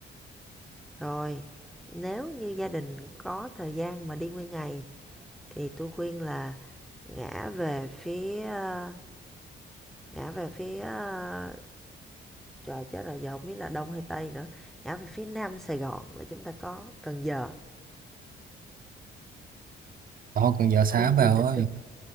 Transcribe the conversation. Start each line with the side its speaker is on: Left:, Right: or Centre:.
Centre: Rồi, nếu như gia đình có thời gian mà đi nguyên ngày thì tôi khuyên là ngã về phía ờ, ngã về phía ờ, trời chết rồi giờ không biết là đông hay tây nữa ngã về phía nam sài gòn là chúng ta có cần giờ
Right: thôi còn giờ xá
Centre: khu di
Right: vào
Centre: tích
Right: ơi
Centre: rừng